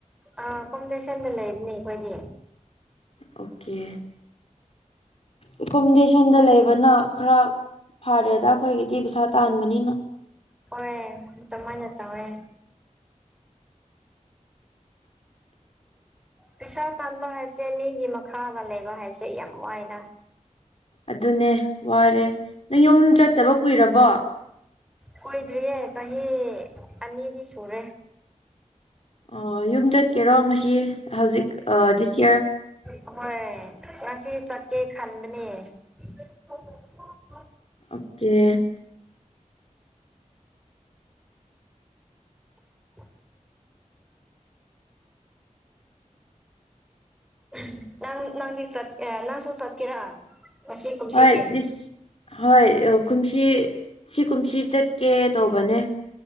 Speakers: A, in the centre; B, on the left.
A: ꯑ ꯀꯣꯝꯗꯁꯟꯗ ꯂꯩꯕꯅꯦ ꯑꯩꯈꯣꯏꯗꯤ
B: ꯑꯣꯀꯦ ꯑꯦꯀꯣꯃꯣꯗꯦꯁꯟꯗ ꯂꯩꯕꯅ ꯈꯔ ꯐꯔꯦꯗ ꯑꯩꯈꯣꯏꯒꯤꯗꯤ ꯄꯩꯁꯥ ꯇꯥꯟꯕꯅꯤꯅꯣ
A: ꯍ ꯇ ꯃꯅꯇꯥꯋꯦ
B: <unintelligible>
A: ꯄꯩꯁꯥ ꯇꯥꯟꯕ ꯍꯥꯏꯕꯁꯦ ꯃꯤꯒꯤ ꯃꯈꯥꯗ ꯂꯩꯕ ꯍꯥꯏꯕꯁꯦ ꯌꯥꯝ ꯋꯥꯏꯅ
B: ꯑꯗꯨꯅꯦ ꯋꯥꯔꯦ ꯅꯪ ꯌꯨꯝ ꯆꯠꯇꯕ ꯀꯨꯏꯔꯕꯣ?
A: ꯀꯣꯏꯗ꯭ꯔꯤꯌꯦ ꯆꯍꯤ ꯑꯅꯤꯗꯤ ꯁꯨꯔꯦ꯫
B: ꯑꯣ ꯌꯨꯝ ꯆꯠꯀꯦꯔꯣ ꯉꯁꯤ ꯍꯧꯖꯤꯛ ꯑ ꯗꯤꯁ ꯌꯔ꯫
A: ꯍꯣꯏ ꯉꯁꯤ ꯆꯠꯀꯦ ꯈꯟꯕꯅꯦ꯫ <unintelligible>
B: ꯑꯣꯀꯦ꯫
A: <unintelligible> ꯑꯍ ꯅꯪ ꯅꯪꯗꯤ ꯆꯠ ꯑꯦ ꯅꯪꯁꯨ ꯆꯠꯀꯦꯔꯥ? ꯉꯁꯤ ꯀꯨꯝꯁꯤꯗꯤ
B: ꯍꯣꯏ ꯗꯤꯁ ꯍꯣꯏ ꯑ ꯀꯨꯃꯁꯤ ꯁꯤ ꯀꯨꯝꯁꯤ ꯆꯠꯀꯦ ꯇꯧꯕꯅꯦ꯫